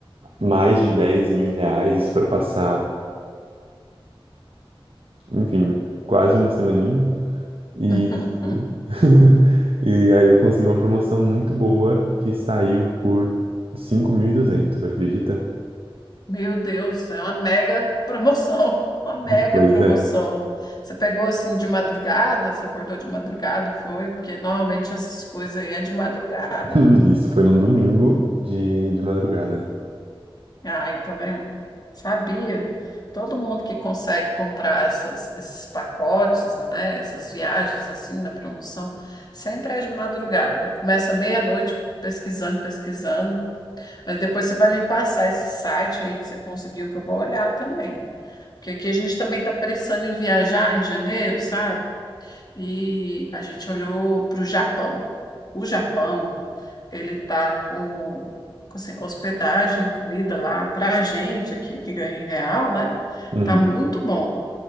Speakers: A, on the right (about 75°); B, on the left (about 45°).
A: mais de 10 mil reais, isso para passar, enfim, quase uma semaninha. E...
B: <laughs>
A: <laughs> e aí eu consegui uma promoção muito boa que saiu por cinco mil e duzentos acredita?
B: Meu Deus, é uma mega promoção, <laughs> uma mega
A: Pois
B: promoção.
A: é.
B: Você pegou assim de madrugada, você acordou de madrugada, foi? Porque normalmente essas coisas aí é de madrugada.
A: <laughs> Isso foi num domingo de, de madrugada.
B: Ai, tá vendo? Sabia. Todo mundo que consegue comprar essas- esses pacotes, né, essas viagens assim na promoção, sempre é de madrugada. E começa meia-noite pesquisando, pesquisando. Mas depois você vai me passar esse site aí que você conseguiu, que eu vou olhar também. Porque aqui a gente também está pensando em viajar em janeiro, sabe? E a gente olhou para o Japão. O Japão. Ele está com, com, assim, hospedagem, comida lá para a gente aqui, que ganha em real, né?
A: Uhum.
B: Tá muito bom,